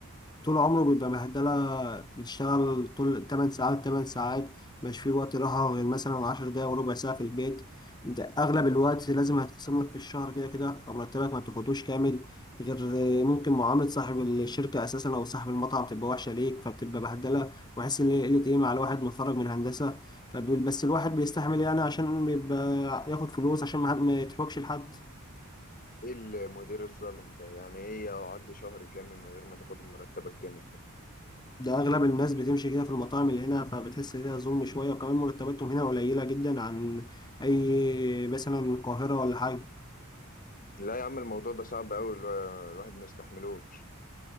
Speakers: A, on the left; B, on the left.
A: طول عمره بيبقى بهدلة بتشتغل طول 8 ساعات 8 ساعات مش في وقت راحة غير مثلا 10 دقايق وربع ساعة في البيت انت اغلب الوقت لازم هيتقسم لك في الشهر كده كده فمرتبك ما بتاخدوش كامل غير ممكن معاملة صاحب الشركة اساسا او صاحب المطعم تبقى وحشة ليك فبتبقى بهدلة وحاسس ان هي قلة قيمة على واحد متخرج من هندسة فبيقول بس الواحد بيستحمل يعني عشان بيبقى ياخد فلوس عشان ما حد- ما يتحوكش لحد
B: ايه المدير الظالم ده يعني ايه اقعد شهر كامل من غير ما تاخد مرتبك كامل ده
A: ده اغلب الناس بتمشي كده في المطاعم اللي هنا فبتحس ان هي ظلم شويه وكمان مرتباتهم هنا قليله جدا عن اي مثلا القاهره ولا حاجه
B: لا يا عم الموضوع ده صعب أوي الوا- الواحد ما يستحملوش